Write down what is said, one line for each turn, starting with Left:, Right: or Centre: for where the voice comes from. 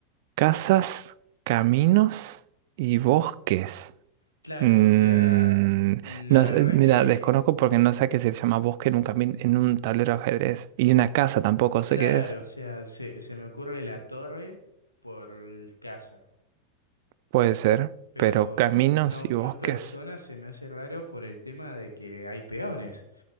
Right: Casas, caminos y bosques.
Left: Claro,
Right: Mm,
Left: o sea, la
Right: no
Left: verdad
Right: sé, mira,
Left: que...
Right: desconozco porque no sé a qué se llama bosque en un camin- en un tablero de ajedrez. Y una casa tampoco sé
Left: Claro,
Right: qué es.
Left: o sea, se, se me ocurre la torre por casa.
Right: Puede ser,
Left: Pero
Right: pero caminos
Left: n- no,
Right: y bosques.
Left: no persona se me hace raro por el tema de que hay peones.